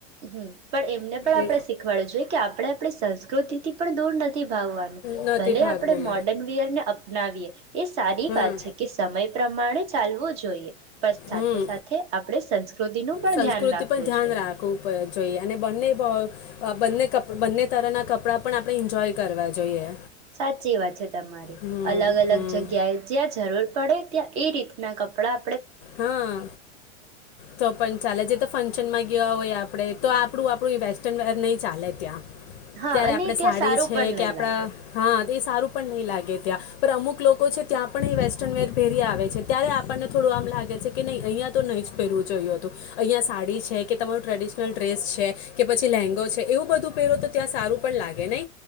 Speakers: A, on the right; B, on the left.
A: હમ્મ પણ એમને પણ આપણે
B: એ
A: શીખવાડવું જોઈએ કે અપ આપણે આપણી સંસ્કૃતિથી પણ દૂર નથ થી ભાવવાનું
B: નથી
A: ભલે
B: ભાગવું
A: આપણે મોર્ડર્ન વયરને અપનાવીએ એ સારી
B: હમ
A: વાત છે કે સમય પ્રમાણે ચાલવું જોઈએ. પણ
B: હમ
A: સાથે સાથે આપણે સંસ્કૃતિનું પણ
B: સંસ્કૃતિ
A: ધ્યાન રાખવું
B: પણ ધ્યાન
A: જોઈએ.
B: રાખવું પ- જોઈએ અને બંને ભાવ અ બંને કપ બંને તરનાં કપડાં પણ આપણે એન્જોય કરવા જોઈએ.
A: સાચી વાત છે તમારી
B: હમ
A: અલગ અલગ
B: હમ
A: જગ્યાએ જ્યાં જરૂર પડે ત્યાં એ રીતના કપડા
B: હા તો પણ ચાલે જે તો ફંક્શન માં ગીયા હોય આપ આપણે તો આપણું આપણું વેસ્ટર્ન નહીં ચાલે ત્યાં
A: હા
B: ત્યારે
A: અને
B: આપડે
A: ત્યાં
B: સાડી
A: સારું
B: છે
A: પણ
B: કે
A: નહી
B: આપડા
A: લાગે
B: હા એ સારું પણ નહીં લાગે ત્યાં પણ અમુક લોકો છે ત્યાં પણ એ વેસ્ટર્ન વેર પેરી આવે છે ત્યારે આપણને થોડું આમ લાગે કે નહી અહીંયા તો નહી જ પહેરવું જોયું હતું અહિયાં સાડી છે કે તમારું ટ્રેડિશનલ ડ્રેસ છે કે પછી લેંઘો છે એવું બધું પહેરો તો ત્યાં સારું પણ લાગે નય